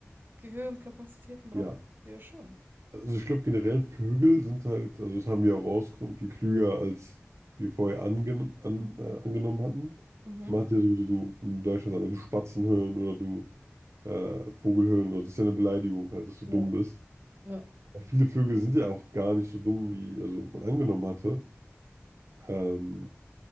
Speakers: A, on the right (about 45°); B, on the right (about 65°).
A: Gehirnkapazitäten braucht
B: Ja,
A: man ja schon.
B: also, ich glaube, generell Vögel sind halt, also, das haben wir auch rausgefunden, viel klüger, als wir vorher angen an, äh, angenommen hatten.
A: Mhm.
B: Man hat ja sowieso, du in Deutschland, aber du Spatzen hören oder du. äh, Vogelhirn oder so. das ist ja eine Beleidigung halt, dass du
A: Ja,
B: dumm bist.
A: ja,
B: Aber viele Vögel sind ja auch gar nicht so dumm, wie also man angenommen hatte. Ähm,